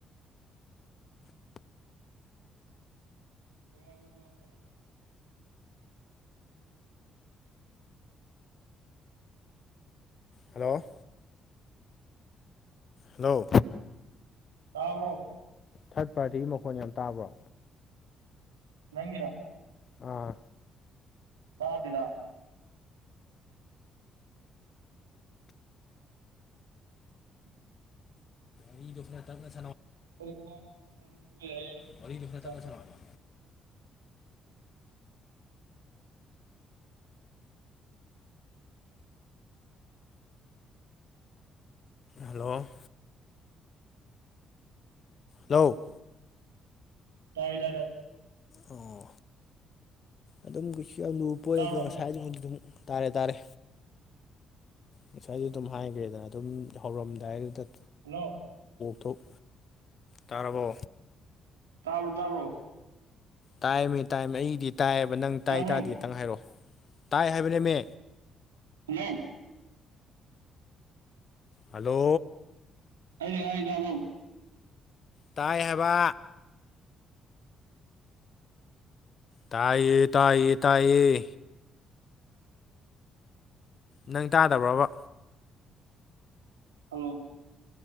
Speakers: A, on the right; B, on the left.
A: ꯑꯗꯨꯝ ꯉꯥꯡꯉꯛꯑꯣ
B: ꯍꯂꯣ ꯍꯂꯣ
A: ꯇꯥꯔꯕ꯭ꯔꯣ
B: ꯊꯥꯔꯠ ꯄꯥꯔꯇꯤꯒꯤ ꯃꯈꯣꯟ ꯌꯥꯝ ꯇꯥꯕ꯭ꯔꯣ
A: ꯅꯪ ꯉꯔꯣ
B: ꯑꯥ
A: ꯇꯥ ꯄꯦꯗ ꯎꯝ
B: ꯗꯗꯨ ꯐꯔ ꯇ
A: ꯑꯣ ꯑ
B: ꯋꯥꯔꯤꯗꯣ
A: ꯑꯗꯨ
B: ꯈꯔ ꯇꯞꯅ ꯁꯥꯟꯅꯧ ꯍꯥꯏꯕ ꯍꯜꯂꯣ ꯍꯜꯂꯣ
A: ꯇꯥꯏꯌꯦ ꯇꯥꯏ ꯇꯌꯦ
B: ꯑꯣ ꯑꯗꯨꯝꯒꯤꯁꯨ ꯌꯥꯝ ꯂꯨꯕ ꯄꯣꯠꯂꯗ
A: ꯇꯥꯕ꯭ꯔꯣ
B: ꯉꯁꯥꯏ ꯑꯗꯨꯃꯗꯤ ꯑꯗꯨꯝ ꯇꯥꯔꯦ ꯇꯥꯔꯦ ꯉꯁꯥꯏꯁꯨ ꯑꯗꯨꯝ ꯍꯥꯏꯈ꯭ꯔꯦꯗꯅ ꯑꯗꯨꯝ ꯍꯧꯔꯝꯗꯥꯏꯗꯨꯗ
A: ꯅꯣ
B: ꯊꯣꯛ ꯇꯥꯔꯕꯣ
A: ꯇꯥꯕ꯭ꯔꯣ ꯇꯥꯕ꯭ꯔꯣ
B: ꯇꯥꯏꯃꯦ ꯇꯥꯏꯝ ꯑꯩꯗꯤ ꯇꯥꯏꯑꯕ ꯅꯪ ꯇꯥꯏ
A: ꯇꯥꯕ꯭ꯔꯣ
B: ꯇꯥꯗꯤ ꯈꯤꯇꯪ ꯍꯥꯏꯔꯛꯑꯣ ꯇꯥꯏ ꯍꯥꯏꯕꯅꯦꯃꯦ
A: ꯍꯜꯂꯣ
B: ꯍꯂꯣ
A: ꯍꯥꯏꯩꯅ ꯉꯥꯏ ꯂꯕꯣ
B: ꯇꯥꯏꯕ ꯇꯌꯦꯌꯦ ꯇꯌꯦꯌꯦ ꯇꯌꯦꯌꯦ ꯅꯪ ꯇꯥꯗꯕ꯭ꯔꯕ
A: ꯍꯜꯂꯣ